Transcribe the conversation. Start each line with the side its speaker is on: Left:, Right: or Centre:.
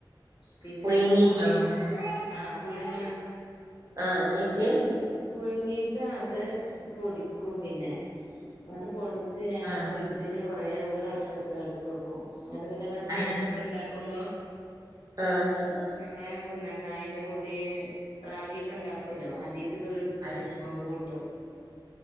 Left: പിന്നെ
Right: പുഴുങ്ങീട്ടോ
Left: അത് പൊടി ആഹ് പുഴുങ്ങ
Right: ആഹ് എന്നിട്ട്
Left: പുഴുങ്ങീട്ട് അത് പൊടിക്കും പിന്നെ അങ്ങട്ട് പൊടിച്ച് ഞാൻ
Right: ആഹ്
Left: ഫ്രിഡ ജില് കൊറേ ഒരു വർഷൊക്കെ എടുത്ത് വെക്കും എന്നിട്ട് പിന്നെ ഇവരെ
Right: അയിന്
Left: കുറുക്കൊക്കെ ഉണ്ടാക്കുമ്പോ
Right: ആഹ്
Left: ഞമ്മളെ കുന്നം കായിന്റെ പൊടി റാഗിക്കെ ഉണ്ടാക്കല്ലോ അതിക്ക് ഇതൊരു
Right: അയി
Left: ടീസ്പൂൺ കൂട്ട.